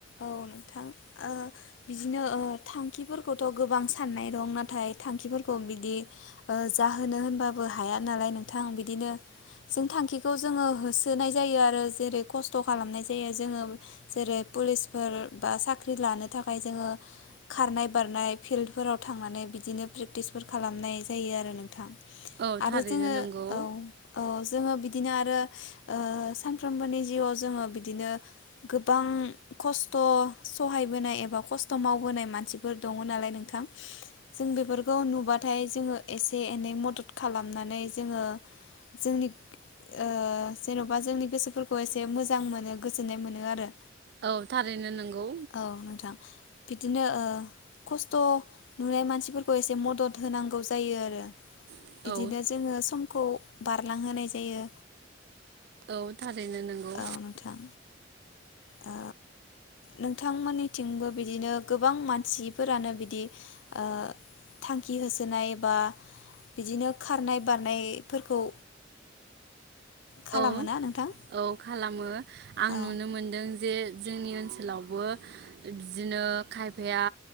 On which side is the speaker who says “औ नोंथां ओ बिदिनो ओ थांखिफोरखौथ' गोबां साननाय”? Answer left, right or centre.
Left